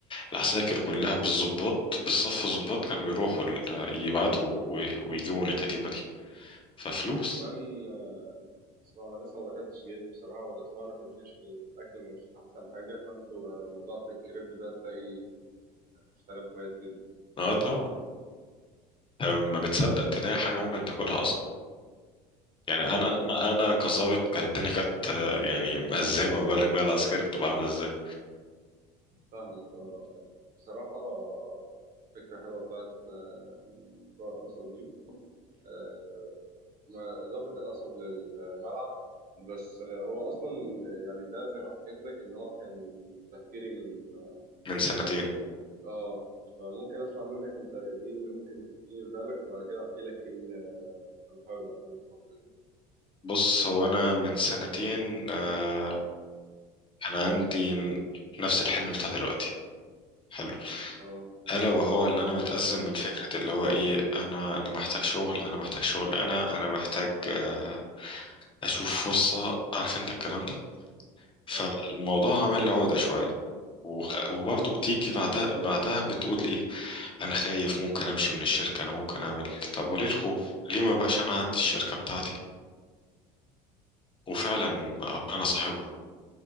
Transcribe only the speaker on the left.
العساكر كلها بالظباط بالصف الظباط كانوا بيروحوا ال- يبعتوا وي- ويجيبوا من الكتيبة دي ففلوس
اه طبعا آه، ما بتصدق تلاقي حاجة ممكن تاكلها اصلا يعني
انا
انا انا كظابط كانت الدنيا كانت آه، يعني مأزمة بالك بقى العسكري بتبقى عاملة ازاي
من سنتين
بص هو انا من سنتين آه انا عندي ن- نفس الحلم بتاع دلوقتي حلو
الا وهو ان انا متأزم من فكرة اللي هو ايه انا انا محتاج شغل انا محتاج شغل انا انا محتاج آه اشوف فرصة عارف انت الكلام ده فالموضوع
عمل لي عقدة شوية وخ... وبرضه بتيجي بعدها بعدها بتقول ايه انا خايف ممكن امشي من الشركة انا ممكن اعمل إيه؟ طب وليه الخوف ليه ما بقاش انا عندي الشركة بتاعتي وفعلا أبقى انا صاحبها